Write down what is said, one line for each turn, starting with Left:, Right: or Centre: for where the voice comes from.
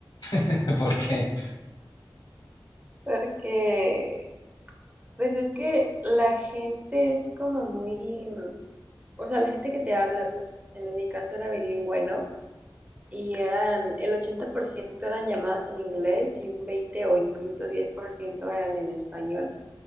Left: <laughs> ¿Por qué?
Right: Porque, pues es que la gente es como muy, o sea, la gente que te habla, pues en mi caso era bilingüe, ¿no? Y eran, el 80% eran llamadas en inglés y un 20 o incluso 10% eran en español.